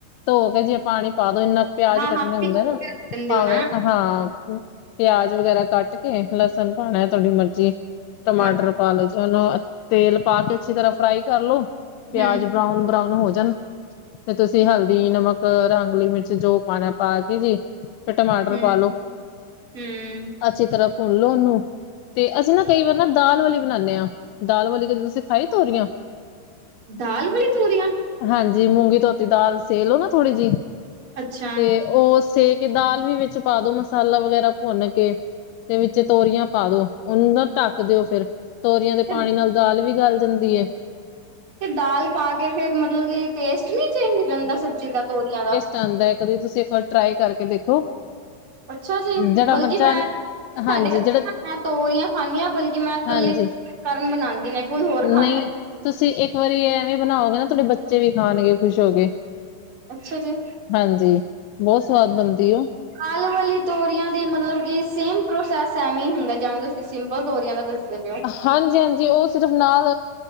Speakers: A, on the left (about 85°); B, on the right (about 35°).
A: ਧੋ ਕੇ ਜੇ ਪਾਣੀ ਪਾ ਦੋ ਇੰਨਾ ਪਿਆਜ
B: ਹਾਂ
A: ਕੱਟਣੇ
B: ਹਾਂ
A: ਹੁੰਦੇ
B: ਭਿਗੋ
A: ਨਾ
B: ਕੇ ਰੱਖ ਦਿੰਦੇ
A: ਭਾਵੇਂ।
B: ਹੋ ਨਾ
A: ਹਾਂ ਪਿਆਜ ਵਗੈਰਾ ਕੱਟ ਕੇ ਲਸਣ ਪਾਣਾ ਤੁਹਾਡੀ ਮਰਜ਼ੀ। ਟਮਾਟਰ
B: ਹਾਂ
A: ਪਾ ਲੋ ਜੇ ਉਹਨੂੰ ਤੇਲ ਪਾ ਕੇ ਅੱਛੀ ਤਰ੍ਹਾਂ ਫਰਾਈ ਕਰਲੋ ਪਿਆਜ
B: ਹੂੰ
A: ਬਰਾਊਨ ਬਰਾਊਨ ਹੋ ਜਾਣ। ਤੇ ਤੁਸੀਂ ਹਲਦੀ ਨਮਕ ਰਾਂਗਲੀ ਮਿਰਚ ਜੋ ਪਾਣਾ ਪਾ ਕੇ ਜੀ। ਫਿਰ ਟਮਾਟਰ
B: ਹੂੰ
A: ਪਾ ਲੋੋ
B: ਹੂੰ
A: ਅੱਛੀ ਤਰ੍ਹਾਂ। ਸੁਣ ਲਓ ਉਹਨੂੰ ਤੇ ਅਸੀਂ ਨਾ ਕਈ ਵਾਰ ਨਾ ਦਾਲ ਵਾਲੀ ਬਣਾਉਦੇ ਹਾਂ। ਦਾਲ ਵਾਲੀ ਕੋਂ ਤੁਸੀਂ ਖਾਈ ਤੋਰੀਆਂ।
B: ਦਾਲ ਬਲੀ ਤੂਰੀਆਂ
A: ਹਾਂਜੀ ਮੂੰਗੀ ਧੋਤੀ ਦਾਲ ਸੇ ਲਓ ਨਾ ਥੋੜ੍ਹੀ ਜਿਹੀ
B: ਅੱਛਾ
A: ਤੇ ਉਹ ਸੇ ਕਿ ਦਾਲ ਵੀ ਵਿੱਚ ਪਾ ਦੋ ਮਸਾਲਾ ਵਗੈਰਾ ਭੁੰਨ ਕੇ ਦੇ ਵਿੱਚ ਤੋਰੀਆਂ ਪਾ ਦੋ ਉਹਨੂੰ ਨਾ ਢੱਕ ਦਿਓ ਫੇਰ ਤੋਰੀਆਂ ਦੇ
B: ਤੇ
A: ਪਾਣੀ ਨਾਲ ਦਾਲ ਵੀ ਗਾਲ ਜਾਂਦੀ ਹੈਏ।
B: ਤੇ ਦਾਲ ਪਾ ਕੇ ਫੇਿਰ ਮਤਲਬ ਕਿ ਟੇਸਟ ਨੀ ਚੇਂਜ ਜਾਂਦਾ ਸਬਜ਼ੀ ਦਾ ਤੋਰੀਆਂ ਦਾ।
A: ਚਦਾ ਇੱਕ ਤੁਸੀਂ ਇੱਕ ਵਾਰ ਟਰਾਈ ਕਰਕੇ ਦੇਖੋ।
B: ਅੱਛਾ ਜੀ
A: ਜਿਹੜਾ
B: ਬਲਕਿ
A: ਬੱਚਾ
B: ਮੈਂ
A: ਹਾਂਜੀ
B: ਸਾਡੇ ਘਰ
A: ਜਿਹੜਾ
B: ਨਾ ਮੈਂ ਤੋਰੀਆਂ ਖਾਂਦੀ ਹਾਂ ਬਲਕਿ ਮੈਂ ਕੱਲੇ
A: ਹਾਂਜੀ
B: ਕਰਨ ਬਣਾਉਂਦੇ ਨੇ ਕੋਈ ਹੋਰ ਖਾਂਦਾ।
A: ਨਹੀਂ ਤੁਸੀਂ ਇੱਕ ਵਾਰੀ ਐਵੇਂ ਬਣਾਓਗੇ ਨਾ ਤੁਹਾਡੇ ਬੱਚੇ ਵੀ ਖਾਣਗੇ ਖੁਸ਼ ਹੋ ਗਏ।
B: ਅੱਛਾ ਜੀ।
A: ਹਾਂਜੀ ਬਹੁਤ ਸਵਾਦ ਬਣਦੀ ਉਹ
B: ਆਲ ਵਾਲੀ ਤੋਰੀਆਂ ਦੀ ਮਤਲਬ ਕਿ ਸੇਮ ਪ੍ਰੋਸੈਸ ਐਵੇ ਹੀ ਹੁੰਦਾ ਜਿਵੇਂ ਤੁਸੀਂ ਸਿੰਪਲ ਤੋਰੀਆਂ ਦਾ ਦੱਸਦੇ ਪਏ ਹੋ।
A: ਹਾਂਜੀ ਹਾਂਜੀ ਉਹ ਸਿਰਫ਼ ਨਾਲ